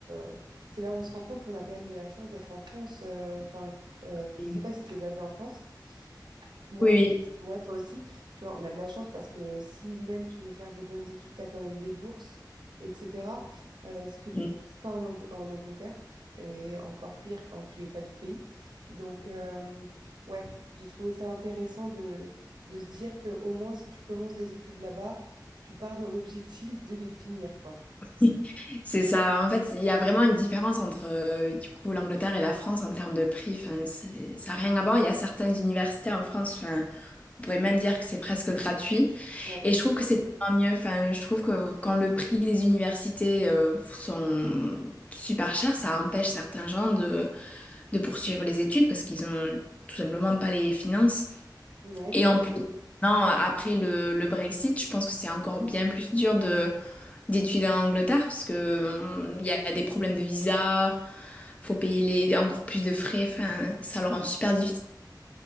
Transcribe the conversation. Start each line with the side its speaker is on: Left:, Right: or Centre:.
Right: euh, c'est là où on se rend compte qu'on a quand même de la chance d'être en France. Euh, Enfin, euh,
Left: Oui,
Right: je sais pas si tu es basée en France. Moi,
Left: oui.
Right: aussi.
Left: oui.
Right: ouais, toi aussi. Tu vois, on a de la chance parce que si même tu veux faire des bonnes études, tu as quand même des bourses, etc. euh, ce que tu
Left: <laughs>
Right: ne trouves pas en, Ang- en Angleterre, et encore pire quand tu es pas du pays. Donc, euh, ouais, j'ai trouvé ça intéressant de, de se dire que au moins, si tu commences des études là-bas, tu pars dans l'objectif de les finir, quoi.
Left: Mhm. C'est ça. En fait, il y a vraiment une différence entre euh, du coup l'Angleterre et la France en termes de prix. Enfin, c'est- ça n'a rien à voir. Il y a certaines universités en France. Enfin, on pourrait même dire que c'est presque gratuit.
Right: Ouais.
Left: Et je trouve que c'est tellement mieux. Enfin, je trouve que quand le prix des universités euh, sont super chers, ça empêche certains gens de de poursuivre les études parce qu'ils ont tout simplement pas les finances.
Right: Ouais.
Left: Et en plus, non, après le, le Brexit, je pense que c'est encore bien plus dur de d'étudier en Angleterre parce que on- il y a des problèmes de visa, faut payer les, encore plus de frais, enfin, ça leur rend super difficile.